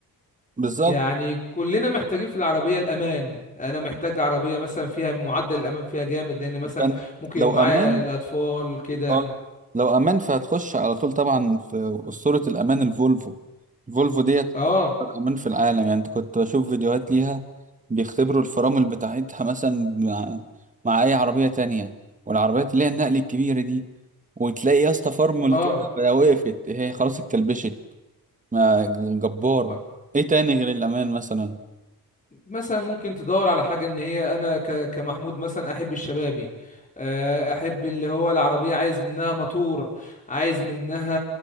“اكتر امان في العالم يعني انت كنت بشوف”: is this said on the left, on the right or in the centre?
Right